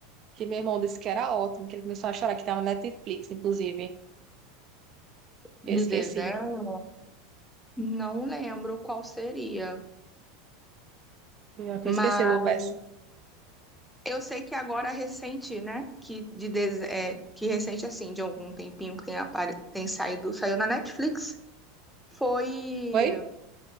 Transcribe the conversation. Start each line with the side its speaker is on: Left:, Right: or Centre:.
Right: Que meu irmão disse que era ótimo, que ele começou a chorar, que tava na Netflix, inclusive.
Centre: de
Right: Eu esqueci.
Centre: desenho, não lembro qual seria.
Right: Eu
Centre: Mas
Right: esqueci, eu vou ver.
Centre: eu sei que agora recente, né? Que, de des- é, que recente, assim, de algum tempinho que tem, apare... tem saído, saiu na Netflix. Foi.
Right: Foi?